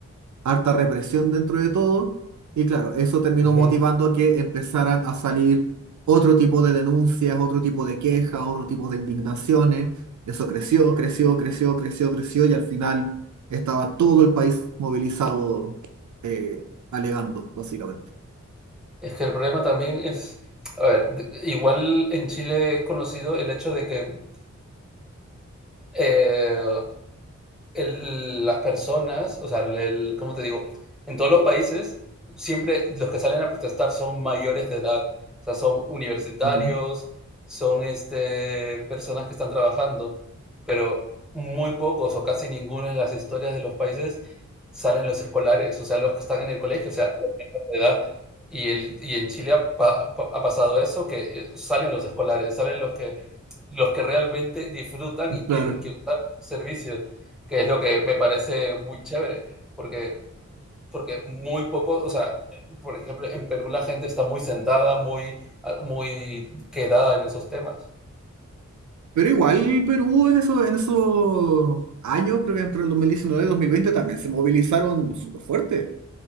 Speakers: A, on the right; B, in the centre.
A: harta represión dentro de todo, y claro, eso terminó
B: Ujú.
A: motivando a que empezaran a salir otro tipo de denuncias, otro tipo de quejas, otro tipo de indignaciones. Eso creció, creció, creció, creció, creció, y al final estaba todo el país movilizado, eh, alegando, básicamente.
B: Es que el problema también es, a ver, de- igual en Chile es conocido el hecho de que eh, el- las personas, o sea, el, ¿cómo te digo? En todos los países, siempre los que salen a protestar son mayores de edad, o sea, son universitarios,
A: Ujú.
B: son este, personas que están trabajando, pero muy pocos o casi ninguno en las historias de los países salen los escolares, o sea, los que están en el colegio, o sea, los menores de edad. Y, el, y en Chile ha, pa- pa- ha pasado eso, que eh, salen los escolares, salen los que, los que realmente disfrutan y tienen
A: Claro.
B: que usar servicios que es lo que me parece muy chévere, porque, porque muy pocos o sea, por ejemplo, en Perú la gente está muy sentada, muy, ah, muy quedada en esos temas.
A: Pero igual Perú en eso, en esos años, creo que entre el 2019 y 2020 también se movilizaron súper fuerte.